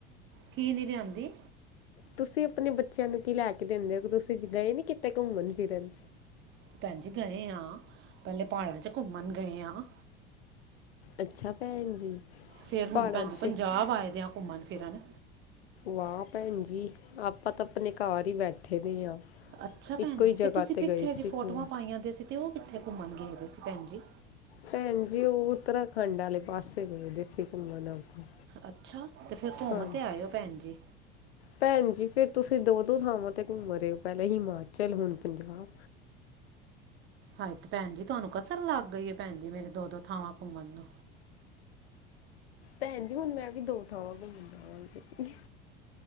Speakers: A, on the right; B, on the left.
A: ਕੀ ਨਹੀਂ ਲਿਆਂਦੀ?
B: ਤੁਸੀਂ ਆਪਣੇ ਬੱਚਿਆਂ ਨੂੰ ਕੀ ਲੈ ਕੇ ਦਿੰਦੇ ਹੋ ਕਿ ਤੁਸੀਂ ਗਏ ਨੀ ਕਿਤੇ ਘੁੰਮਣ ਫਿਰਨ?
A: ਭੈਣ ਜੀ ਗਏ ਆਂ, ਪਹਿਲਾਂ ਪਹਾੜਾਂ ਚ ਘੁੰਮਣ ਗਏ ਆਂ।
B: ਅੱਛਾ ਭੈਣ ਜੀ
A: ਫੇਰ ਹੁਣ
B: ਪਹਾੜਾਂ
A: ਭੈਣ
B: 'ਚ
A: ਜੀ ਪੰਜਾਬ ਆਏ ਦੇ ਆ ਘੁੰਮਣ। ਫੇਰ ਆਣਾ?
B: ਵਾਹ ਭੈਣ ਜੀ ਆਪਾਂ ਤਾਂ ਆਪਣੇ ਘਰ ਹੀ ਬੈਠੇ ਦੇ ਆ।
A: ਅੱਛਾ ਭੈਣਜੀ,
B: ਇੱਕੋ ਹੀ ਜਗ੍ਹਾ
A: ਤੇ ਤੁਸੀਂ ਪਿੱਛੇ
B: ਗਏ ਸੀ
A: ਜੀ ਫੋਟੋਆਂ
B: ਘੁੰਮਣ
A: ਪਾਈਆਂ ਦੀ ਸੀ ਤੇ ਔ ਕਿੱਥੇ ਘੁੰਮਣ ਗਏ ਦੇ ਭੈਣ ਜੀ।
B: ਭੈਣ ਜੀ ਔ ਉੱਤਰਾਖੰਡ ਆਲੇ ਪਾਸੇ ਗਏ ਦੇ ਸੀ ਘੁੰਮਣ ਆਪਾਂ।
A: ਅੱਛਾ, ਤੇ ਫੇਰ ਘੁੰਮ
B: ਹਾਂਜੀ
A: ਤੇ ਆਇ ਔ ਭੈਣ ਜੀ।
B: ਭੈਣ ਜੀ। ਫੇਰ ਤੁਸੀਂ ਦੋ ਦੋ ਥਾਵਾਂ 'ਤੇ ਘੁੰਮ ਰਹੇ ਹੋ ਪਹਿਲਾਂ ਹਿਮਾਚਲ ਹੁਣ ਪੰਜਾਬ।
A: ਹਾਏ ਤੇ ਭੈਣ ਜੀ ਤੁਹਾਨੂੰ ਕਸਰ ਲੱਗ ਗਈ ਏ ਭੈਣ ਜੀ ਮੇਰੇ ਦੋ ਦੋ ਥਾਵਾਂ ਘੁੰਮਣ ਨੂ।
B: ਭੈਣ ਜੀ, ਹੁਣ ਮੈਂ ਵੀ ਦੋ ਥਾਵਾਂ ਘੁੰਮਨ ਜਾਵਾਂਗੀ।